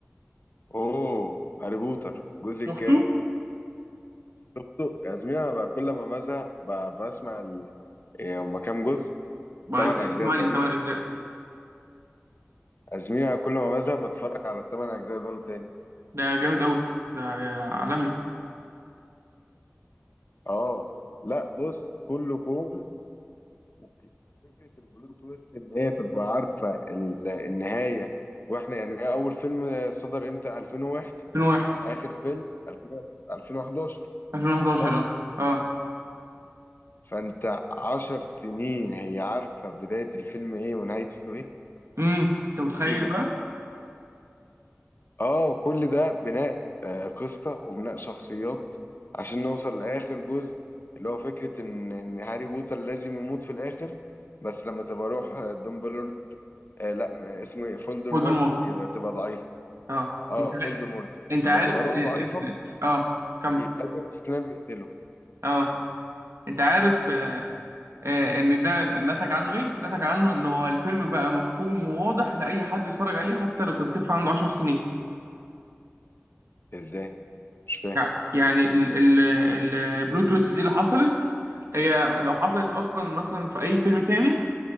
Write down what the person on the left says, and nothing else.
اوه هاري بوتر الجزء
الكام شفته يا زميلي انا بقى كل ما بزهق ب- بسمع ال... إيه هما كام جزء
تمن اجزاء
تقريبا
يا زميلي انا كل ما بزهق بتفرج على التمن اجزاء دول تاني
اه لا بص كله كوم وك- فكره البلوت تويست ان هي تبقى عارفه ال... النهايه واحنا يعني هي اول فيلم صدر امتى 2001
اخر فيلم 2000 2011
صح
فانت عشر سنين هي عارفة بداية الفيلم ايه ونهايته ايه
ايه ده
اه كل ده بناء آه، قصة وبناء شخصيات عشان نوصل لآخر جزء اللي هو فكرة ان ان هاري بوتر لازم يموت في الآخر بس لما تبقى روح آه، دومبلورد آه لا م- اسمه ايه فولدمورت
يبقى تبقى ضعيفة
اه
فولدمورت
لما
تبقى روح
ضعيفة
ي- لازم سناب يقتله
ازاي مش فاهم